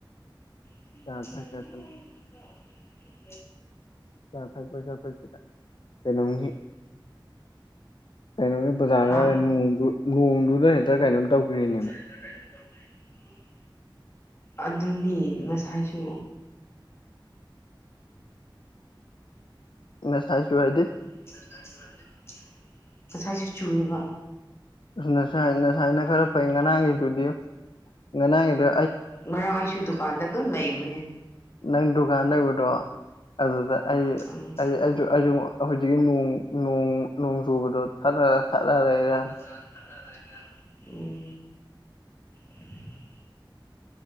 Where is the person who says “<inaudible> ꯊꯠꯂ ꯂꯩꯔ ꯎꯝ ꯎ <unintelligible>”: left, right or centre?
Left